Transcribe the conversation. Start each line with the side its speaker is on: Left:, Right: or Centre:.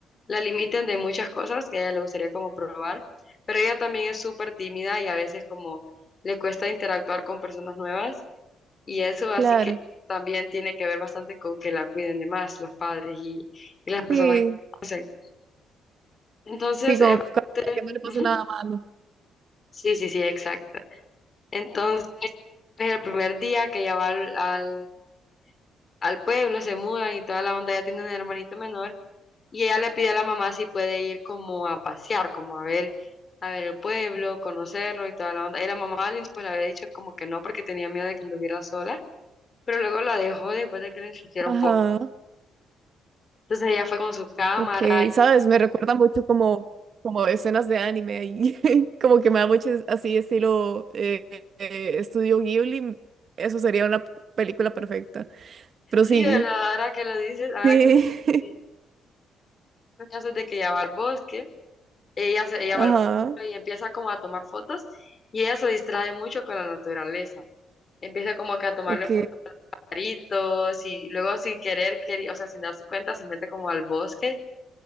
Left: la limiten de muchas cosas que a ella le gustaría como probar. Pero ella también es súper tímida y a veces como le cuesta interactuar con personas nuevas. Y eso así
Right: claro.
Left: que también tiene que ver bastante con que la cuiden de más los padres y, y las personas
Right: Sí,
Left: que hacen. Entonces,
Right: sí,
Left: eh,
Right: como para que no le pase
Left: ujú,
Right: nada malo.
Left: sí, sí, sí, exacto. Entonces, es el primer día que ella va al, al, al pueblo, se mudan y toda la onda, ella tiene un hermanito menor y ella le pide a la mamá si puede ir como a pasear, como a ver, a ver el pueblo, conocerlo y toda la onda. Y la mamá al inicio, pues le había dicho como que no porque tenía miedo de que anduviera sola, pero luego la dejó después de que le insistiera
Right: Ajá.
Left: un poco. Entonces ella fue con su cámara
Right: Ok, sabes, me recuerda mucho como, como escenas de anime y <laughs> como que me da mucho así estilo eh, eh, estudio Ghibli, eso sería una película perfecta. Pero
Left: Sí,
Right: sí,
Left: ¿verdad? Ahora que lo dices, ahora
Right: sí,
Left: que lo sí. El caso es de que ella va al bosque, ella, se, ella
Right: <laughs>
Left: va
Right: ajá,
Left: al bosque y empieza como a tomar fotos y ella se distrae mucho con la naturaleza. Empieza como que a tomarle
Right: ok,
Left: fotos a pajaritos y luego sin querer, queri- o sea, sin darse cuenta, se mete como al bosque